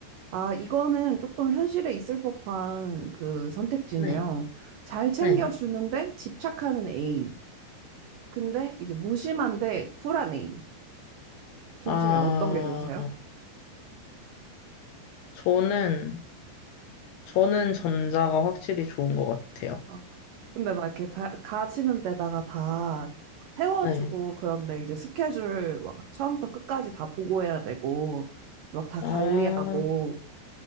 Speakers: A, on the right (about 80°); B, on the left (about 75°).
A: 아, 이거는 조금 현실에 있을 법한 그 선택지인데요.
B: 네,
A: 잘 챙겨주는데
B: 네.
A: 집착하는 애인. 근데 이제 무심한데 쿨한 애인. 둘
B: 아,
A: 중에 어떤 게 좋으세요?
B: 저는, 저는 전자가 확실히 좋은 것 같아요.
A: 어, 근데 막 이렇게 다, 가시는 데다가 다 태- 태워주고
B: 네.
A: 그런데 이제 스케줄 막 처음부터 끝까지 다 보고해야 되고 막 다
B: 아,
A: 관리하고